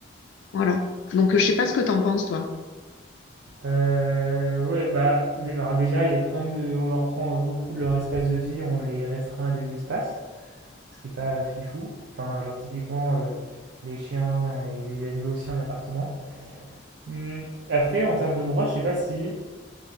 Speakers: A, on the left; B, on the right.
A: Voilà. Donc euh, je sais pas ce que t'en penses toi.
B: Euh, ouais, bah, dé- bah, déjà, il y a le problème de, on leur prend euh, beaucoup de leur espace de vie, on les restreint à des espaces, ce qui est pas euh, fifou. Enfin, genre typiquement euh, les chiens et les animaux aussi en appartement. Hmm, Après, en termes de droits, je sais pas si,